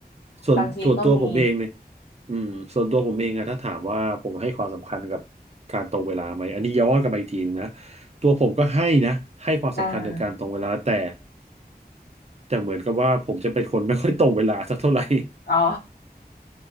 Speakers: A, on the right; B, on the left.
A: ส่วนส่วนตัวผมเองเนี่ย
B: บางทีก็มี
A: อืมส่วนตัวผมเองอะถ้าถามว่าผมให้ความสำคัญกับการตรงเวลาไหมอันนี้ย้อนกลับไปอีกทีหนึงนะตัวผมก็ให้นะให้ความสำคัญกับการตรงเวลาแต่
B: อ่า
A: แต่เหมือนกับว่าผมจะเป็นคนไม่ค่อยตรงเวลาสักเท่าไหร่
B: อ๋อ